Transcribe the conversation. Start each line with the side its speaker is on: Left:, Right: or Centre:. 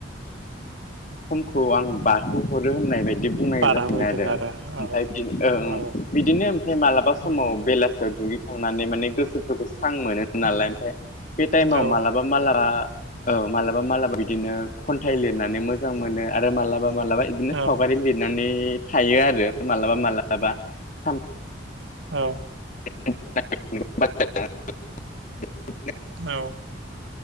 Left: समखौ आं बारहोहरो होननाय बायदि। बिदि बुंनायांग
Right: बारहोफैदों
Left: जासिनो आरो ओमफ्राय
Right: औ
Left: बि ओं
Right: औ
Left: बिदिनो ओमफ्राय मालाबा समाव
Right: उम
Left: बेलासियाव दुगैखायो। थांनानै माने गोसोफोरखौ। मोजां मोनो नालाय
Right: उम
Left: ओमफ्राय बे टाइमाव
Right: औ
Left: मालाबा मालाबा। औ मालाबा मालाबा बिदिनो। खन्थाइ लिरनानै मोजां मोनो आरो मालाबा। मालाबा इदिनो
Right: औ
Left: सावगारि लिरनानै। थायो आरो मालाबा मालाबा सान
Right: औ।
Left: <unintelligible>
Right: औ।